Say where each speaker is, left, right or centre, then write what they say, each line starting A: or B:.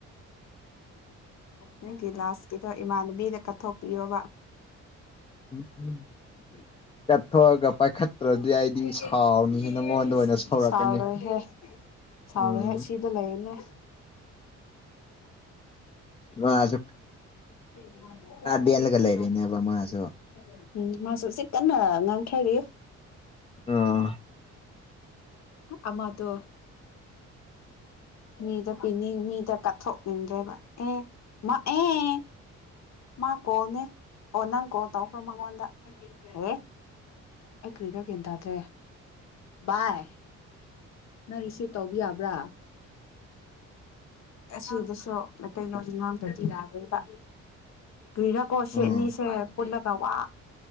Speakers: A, on the left (about 60°); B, on the left (about 20°).
A: ꯅꯪꯒꯤ ꯂꯥꯁ ꯀꯗꯣ ꯏꯃꯥꯟꯅꯕꯤꯗ ꯀꯠꯊꯣꯛꯄꯤꯌꯣꯕ
B: <unintelligible>
A: <unintelligible>
B: ꯑꯩꯗꯤ ꯁꯥꯎꯅꯤꯍꯦ ꯅꯪꯉꯣꯟꯗ ꯑꯣꯏꯅ ꯁꯧꯔꯛꯀꯅꯤ ꯎꯝ
A: ꯗ ꯂꯩꯅꯦ
B: ꯃꯥꯁꯨ
A: <unintelligible>
B: ꯂꯦꯜꯂꯒ ꯂꯩꯔꯦꯅꯦꯕ ꯃꯥꯁꯨ
A: ꯎꯝ ꯃꯥꯁꯨ ꯀꯟꯅ ꯉꯥꯡꯊꯔꯤ
B: ꯑ
A: ꯑꯃꯗꯣ ꯃꯤꯗ ꯄꯤꯅꯤꯡ ꯃꯤꯗ ꯀꯠꯊꯣꯛꯅꯤꯡꯗ꯭ꯔꯦꯕ ꯑꯦ ꯃꯥ ꯑꯦ ꯃꯥ ꯀꯣꯜꯅꯦ ꯑꯣ ꯅꯪ ꯀꯣꯜ ꯇꯧꯈ꯭ꯔꯣ ꯃꯉꯣꯟꯗ ꯑꯦ ꯑꯩ ꯀꯔꯤꯔ ꯒꯌꯟ ꯇꯥꯗ꯭ꯔꯦ ꯕꯥꯏ ꯅꯪ ꯔꯤꯁꯤꯞ ꯇꯧꯕ ꯌꯥꯕ꯭ꯔꯥ ꯑꯁꯤꯗꯁꯨ ꯃꯩꯇꯩꯂꯣꯟ ꯉꯥꯡꯗꯗꯤ ꯌꯥꯗꯣꯏꯕ ꯀꯔꯤꯔꯀꯣ ꯁꯤꯅꯤꯁꯦ
B: ꯎꯝ
A: ꯄꯨꯜꯂꯒ ꯋꯥ